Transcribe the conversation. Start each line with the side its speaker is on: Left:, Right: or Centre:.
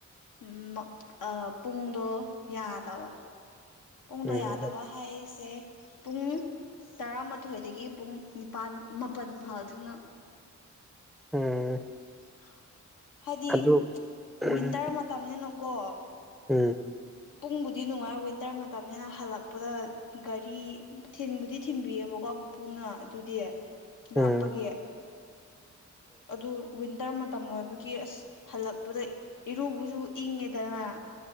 Left: ꯎꯝ ꯄꯨꯡꯗꯣ ꯌꯥꯗꯕ ꯄꯨꯡꯗꯣ
Centre: ꯎꯝ
Left: ꯌꯥꯗꯕ ꯍꯥꯏꯁꯦ ꯄꯨꯡ ꯇꯔꯥꯃꯥꯊꯣꯏꯗꯒꯤ ꯄꯨꯡ ꯅꯤꯄꯥꯜ ꯃꯥꯄꯜ ꯐꯥꯎꯗꯨꯅ
Centre: ꯎꯝ
Left: <unintelligible> ꯍꯥꯏꯗꯤ
Centre: ꯑꯗꯨ ꯎꯝ
Left: ꯋꯤꯟꯇꯔ ꯃꯇꯝꯅꯤꯅꯀꯣ
Centre: ꯎꯝ
Left: ꯄꯨꯡꯕꯨꯗꯤ ꯅꯨꯡꯉꯥꯏ ꯋꯤꯟꯇꯔ ꯃꯇꯝꯅꯤꯅ ꯍꯜꯂꯛꯄꯗ ꯒꯥꯔꯤ ꯊꯤꯟꯕꯨꯗꯤ ꯊꯤꯟꯕꯤꯌꯦꯕꯀꯣ ꯃꯄꯨꯅ ꯑꯗꯨꯗꯤ ꯂꯥꯞꯄꯒꯤ꯫
Centre: ꯎꯝ ꯎꯝ
Left: ꯑꯗꯨ ꯋꯤꯟꯇꯔ ꯃꯇꯝ ꯑꯣꯏꯕꯒꯤ ꯑꯁ ꯍꯜꯂꯛꯄꯗ ꯏꯔꯨꯕꯁꯨ ꯏꯪꯉꯦꯗꯅ꯫